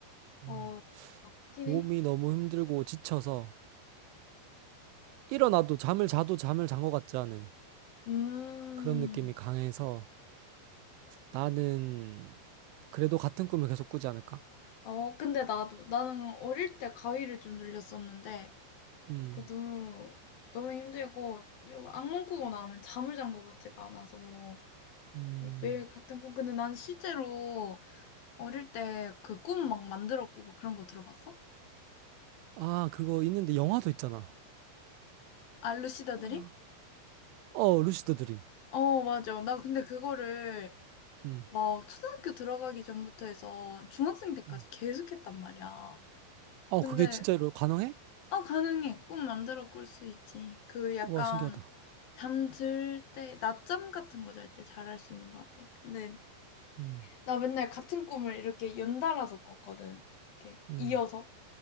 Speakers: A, on the right; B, on the left.
A: 음,
B: 어, 맞긴
A: 몸이
B: 해.
A: 너무 힘들고 지쳐서 일어나도 잠을 자도 잠을 잔 것 같지 않은.
B: 음,
A: 그런 느낌이 강해서 나는 그래도 같은 꿈을 계속 꾸지 않을까?
B: 어, 근데 나도, 나는 어릴 때 가위를 좀 눌렸었는데,
A: 음,
B: 그 너무, 너무 힘들고, 악몽 꾸고 나면 잠을 잔 것 같지가 않아서.
A: 음.
B: 어, 매일 같은 꿈. 근데 난 실제로 어릴 때 그 꿈 막 만들어 꾸고 그런 거 들어봤어?
A: 아, 그거 있는데 영화도 있잖아.
B: 알루시다 드림?
A: 아. 어, 루시드 드림.
B: 어, 맞아. 나 근데 그거를
A: 음,
B: 막 초등학교 들어가기 전부터 해서 중학생 때까지
A: 음.
B: 계속 했단 말이야.
A: 어,
B: 근데,
A: 그게 진짜로 가능해?
B: 아, 가능해. 꿈 만들어 꿀 수 있지. 그 약간
A: 와, 신기하다.
B: 잠 들 때, 낮잠 같은 거 잘 때 잘 할 수 있는 것 같아. 근데
A: 음,
B: 나 맨날 같은 꿈을 이렇게 연달아서 꿨거든. 이렇게
A: 음,
B: 이어서.